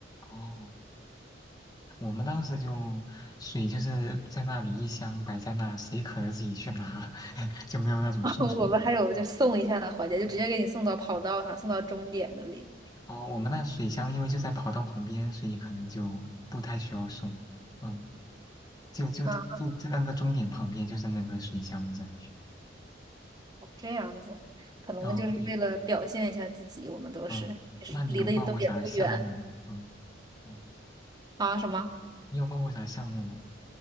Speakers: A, on the left; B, on the right.
A: 哦，我们当时就水就是在那里一箱摆在那，谁渴了自己去拿，<laughs> 就没有那种送水的情况。
B: <laughs> 我们还有就送一下的环节，就直接给你送到跑道上，
A: 嗯，
B: 送到终点那里。
A: 哦，我们那水箱因为就在跑道旁边，所以可能就不太需要送。嗯，就就就就那个终点旁边就是那个水箱子。
B: 啊，这样子，可能就是为了表现一下自己，
A: 啊，对，
B: 我们都是，
A: 嗯，
B: 其实离得也都也不远
A: 那你有报过啥项目吗嗯嗯，
B: 啊，什么？
A: 你有报过啥项目吗？